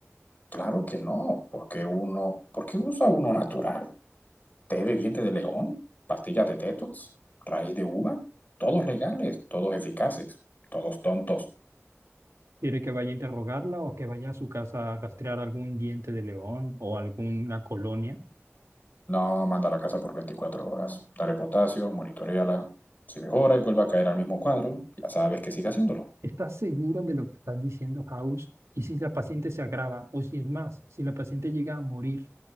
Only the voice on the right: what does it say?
¿Quiere que vaya a interrogarla o que vaya a su casa a rastrear algún diente de león o alguna colonia?
¿Estás seguro de lo que estás diciendo, House? ¿Y si la paciente se agrava? O si es más, si la paciente llega a morir,